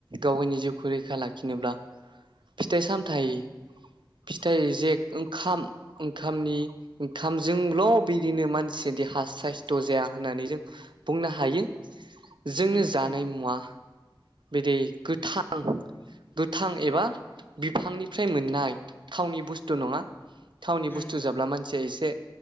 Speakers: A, on the right; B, on the left.
A: गावनि जिउखौ रैखा लाखिनोब्ला फिथाइ- सामथायाइ -फिथाइ जे ओंखाम ओंखामनि ओंखामजोंल' बिदिनो मानसिया देहा साइस्थ' जाया होननानै जों बुंनो हायो। जोंनो
B: उम
A: जानाय
B: उम
A: मुवा बिदि गोथां गोथां एबा बिफांनिफ्राय मोननाय थावनि बुस्थु नङा थावनि
B: उम
A: बुस्थु
B: नंगौ
A: जाब्ला मानसिया एसे